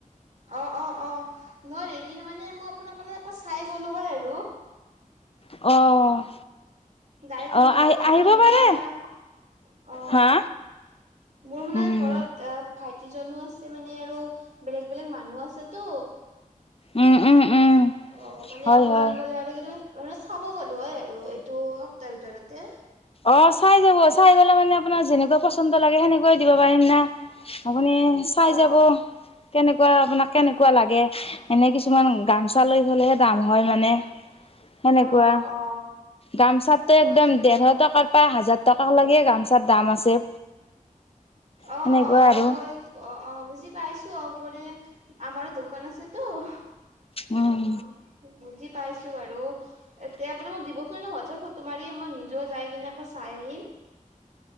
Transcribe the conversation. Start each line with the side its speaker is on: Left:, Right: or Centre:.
Right: অ', অ', অ', মই <unintelligible> মানে মই আপোনাক মানে একবাৰ চাই গ'লো হয় আৰু
Left: অ'।
Right: ডাইৰেক্ট
Left: অ
Right: মানে অৰ্ডাৰটো
Left: আহ আহিব
Right: দিব নোৱাৰি
Left: পাৰে
Right: না অ'।
Left: হা
Right: মোৰ মানে
Left: উম
Right: ঘৰত ভাইটি জনো আছে, মানে আৰু বেলেগ বেলেগ মানুহ আছে টো।
Left: উম, উম, উম।
Right: অ', মানে
Left: হয়
Right: অকলে
Left: হয়
Right: অকলে আ মানে চাব গ'লো হয় আৰু এইটো সপ্তাহৰ ভিতৰতে।
Left: অ', চাই যাব, চাই গ'লে মানে আপোনাৰ যেনেকুৱা পচন্দ লাগে সেনেকুৱাই দিব পাৰিম না। আপুনি চাই
Right: অ
Left: যাব, কেনেকুৱা আপোনাক কেনেকুৱা লাগে? এনে কিছুমান গামচা লৈ ফেলেহে দাম হয় মানে। সেনেকুৱা,
Right: অ অ অ অ
Left: গামচাতে
Right: মই
Left: একদম দেৰশ
Right: অ অ
Left: টক পাচঁ হাজাৰ টকা লৈকে গামছাৰ দাম আছে।
Right: অ',
Left: সেনেকুৱা
Right: অ', অ'।
Left: আৰু
Right: মই অ', অ', বুজি পাইছো আ আমাৰো দোকান আছেতো, অ'
Left: উম
Right: বুজি পাইছো বাৰু। এতিয়া আপুনি মোক দিবচোন হোৱাটছআপত ফটো মাৰি, মই নিজেও যায় কিনে একবাৰ চাই আহিম।